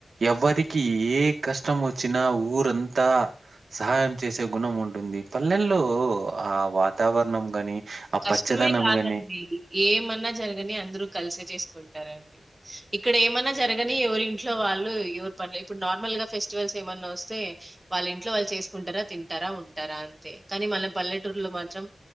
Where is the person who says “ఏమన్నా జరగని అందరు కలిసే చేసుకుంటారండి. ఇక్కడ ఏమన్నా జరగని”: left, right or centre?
Right